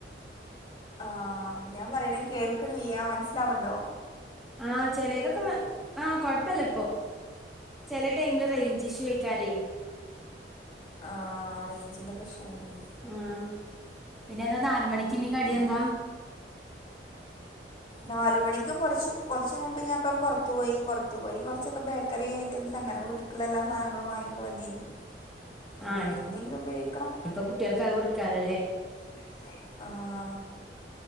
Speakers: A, on the left (about 30°); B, in the centre.
A: ആഹ് ഞാൻ പറീണ കേൾക്കണ്ല്ല്യാ മൻസ്സിലാവ്ണ്ടോ
B: ആഹ് ചെലേതൊക്കെ മ ആഹ് കൊഴപ്പല്ല ഇപ്പൊ ചെലെ ടൈമില് റേഞ്ച് ഇഷ്യു ആയ്ക്കാരേയ്
A: ആഹ് റേഞ്ചിന്റെ പ്രശ്നം വര്ണ്ട്
B: ആഹ് പിന്നെന്താ നാല് മണിക്കിനി കടിയെന്താ
A: പിന്നെ നാലു മണിക്ക് കൊറച്ച് കൊറച്ച് മുമ്പ് ഞാന്പ്പം പൊറത്ത് പോയി പൊറത്തു പോയി കൊറച്ചൊക്കെ ബേക്കറി ഐറ്റംസ് അങ്ങനെ വീട്ട് ക്ക്ള്ളെ എല്ലാ സാനങ്ങളും വാങ്ങിയൊക്ക വന്നേനി ഇനി
B: ആഹ്
A: അതെന്തെങ്കിലും
B: ഇഞ്ഞ്പ്പം
A: ഉപയോഗിക്കണം
B: കുട്ട്യൾക്ക് അഹ് കൊടുക്കാല്ലോല്ലേ
A: ക്കാല്ലോല്ലേ ആഹ്